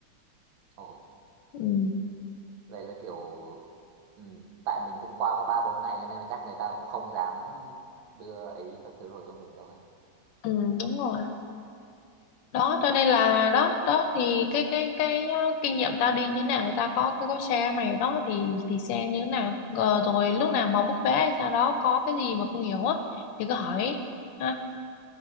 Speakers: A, on the right; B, on the left.
A: ồ,
B: ừ,
A: vậy là kiểu ừ, tại mình cũng qua có ba bốn ngày cho nên là chắc người ta cũng không dám đưa ấy các thứ đồ cho mình đâu ha.
B: ừ đúng rồi đó cho nên là đó đó thì cái cái cái ờ, kinh nghiệm tao đi như thế nào thì tao có có, có share mày đó thì thì xem như thế nào Ờ, rồi lúc nào mà book vé hay sao đó có cái gì mà không hiểu á thì cứ hỏi ha